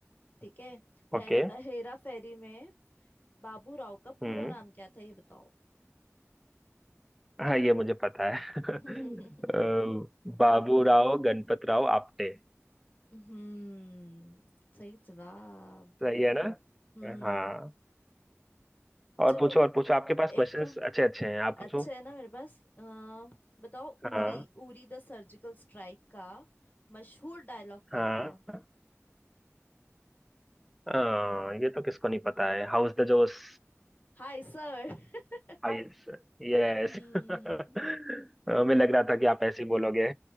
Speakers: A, on the left; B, in the centre.
A: ठीक है हेर,
B: ओके
A: हेरा फेरी में बाबू राव का पूरा
B: हम्म
A: नाम क्या था ये बताओ
B: हाँ ये मुझे पता है <laughs> अ,
A: <laughs>
B: बाबूराव गणपतराव आपटे
A: हम्म सही जवाब
B: सही है ना
A: हम्म
B: हाँ और
A: चलो
B: पूछो और पूछो आपके पास
A: एक
B: क्वेश्चंस
A: और-
B: अच्छे अच्छे हैं आप पूछो
A: अच्छा है ना मेरे पास आ, बताओ
B: हाँ
A: Uri Uri the surgical strike का मशहूर डायलॉग क्या
B: हाँ
A: था
B: हाँ ये तो किसको नहीं पता है how's the josh
A: Hi sir <laughs>
B: ice yes
A: हम्म
B: <laughs> हमें लग रहा था कि आप ऐसे ही बोलोगे